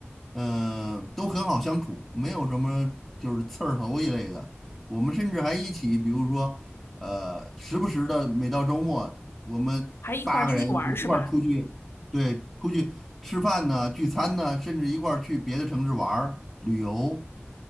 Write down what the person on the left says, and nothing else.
还一块儿出去玩儿是吧？